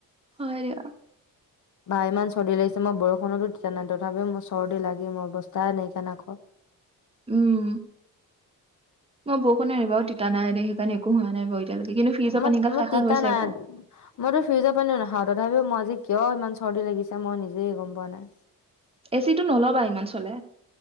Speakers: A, on the right; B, on the left.
A: হয় দিয়া।
B: বা ইমান চৰ্দি লাগিছে মই বৰষুণতো তিতা নাই তথাপিও মোৰ চৰ্দি লাগে মোৰ অৱস্থাই নাইকিয়া নাকৰ
A: উম, মই বৰষুণৰ এইবাৰো তিতা নাই দেই সেইকাৰণে একো হোৱা নাই এতিয়ালৈকে কিন্তু ফ্ৰিজৰ
B: মই
A: পানীগাল খাই
B: মই
A: খাই
B: তিতা
A: হৈছে
B: নাই
A: আকৌ।
B: মইতো ফ্ৰিজৰ পানীও নাখাওঁ তথাপিও মই আজি কিয় ইমান চৰ্দি লাগিছে মই নিজেই গম পোৱা নাই।
A: এচিটো নলবা ইমান চলে।